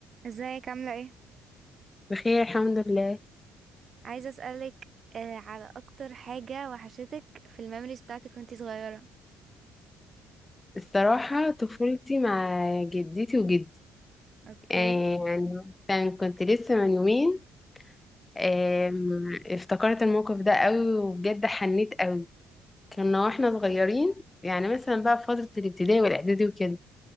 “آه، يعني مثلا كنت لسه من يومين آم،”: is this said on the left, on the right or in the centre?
Left